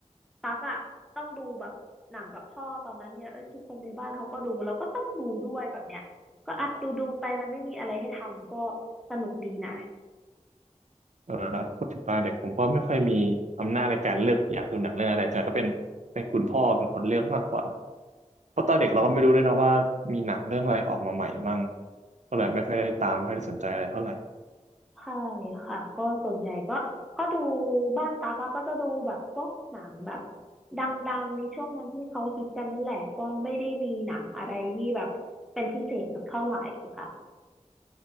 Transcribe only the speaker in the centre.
ตักอะต้องดูแบบหนังกับพ่อตอนนั้นเนี่ยเอ้ยทุกคนในบ้านเขาก็ดูเราก็ต้องดูด้วยแบบเนี้ยก็อัดดูดูไปมันไม่มีอะไรให้ทำก็สนุกดีนะ
ใช่ค่ะก็ส่วนใหญ่ก็ก็ดูบ้านตากอะก็จะดูแบบพวกหนังแบบดังๆในช่วงนั้นที่เขาฮิตกันนั่นแหละก็ไม่ได้มีหนังอะไรที่แบบเป็นพิเศษสักเท่าไหร่ค่ะ